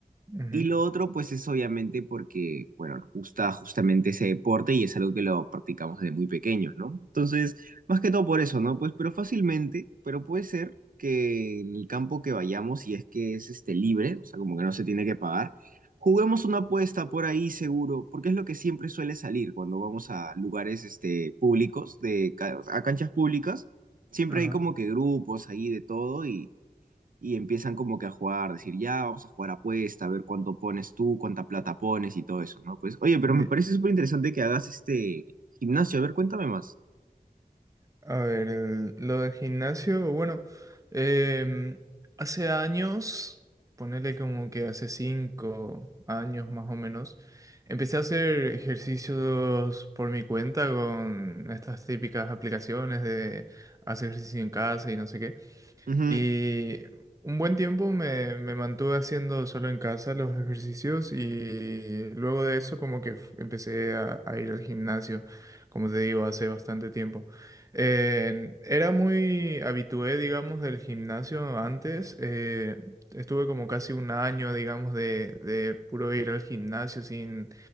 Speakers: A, on the right (about 20°); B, on the right (about 65°).
A: ujú.
B: Y lo otro, pues es obviamente porque, bueno, nos gusta justamente ese deporte y es algo que lo practicamos desde muy pequeños, ¿no? Entonces, más que todo por eso, ¿no? Pues, pero fácilmente, pero puede ser que en el campo que vayamos, si es que es este libre, o sea, como que no se tiene que pagar, juguemos una apuesta por ahí seguro, porque es lo que siempre suele salir cuando vamos a lugares este, públicos, de, ca- a canchas públicas, siempre
A: Ajá.
B: hay como que grupos ahí de todo y y empiezan como que a jugar, decir, ya, vamos a jugar apuesta, a ver cuánto pones tú, cuánta plata pones y todo eso, ¿no? Pues, oye,
A: Ye-
B: pero me parece súper interesante que hagas este gimnasio, a ver, cuéntame más.
A: A ver, el- lo de gimnasio, bueno, em, hace años, ponele como que hace cinco años más o menos, empecé a hacer ejercicios por mi cuenta con estas típicas aplicaciones de hacer ejercicio en casa y no sé qué.
B: Ujú.
A: Y un buen tiempo me, me mantuve haciendo solo en casa los ejercicios y luego de eso como que f- empecé a, a ir al gimnasio, como te digo, hace bastante tiempo. En- era muy habitué, digamos, del gimnasio antes. eh, estuve como casi un año, digamos, de, de puro ir al gimnasio sin,